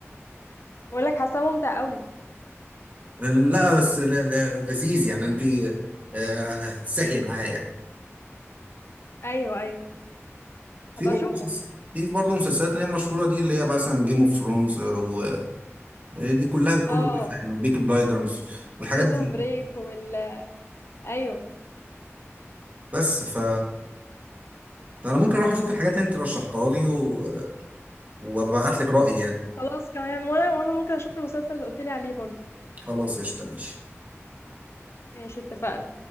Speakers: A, on the left; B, on the right.
A: بقول لك حاسه ممتع قوي
B: لا بس ل- ل- لذيذ يعني انت آه، هتسحلي معاه يعني
A: ايوه ايوه
B: في
A: هبقى
B: برضه
A: اشوفه
B: مسلس- في برضه مسلسلات اللي هي مشهورة دي اللي هي مثلا جيم اوف ثرونز ودي كلها كله
A: اه
B: تحفة يعني وبيكي بلايدرز والحاجات
A: وبريزون
B: دي
A: بريك وال ايوه
B: بس ف ده انا ممكن اروح اشوف الحاجات اللي انت رشحتها لي و... وابعت لك رأيي يعني
A: خلاص كمان وانا وانا ممكن اشوف المسلسل اللي قلت لي عليه برضو
B: خلاص قشطة ماشي
A: ماشي اتفقنا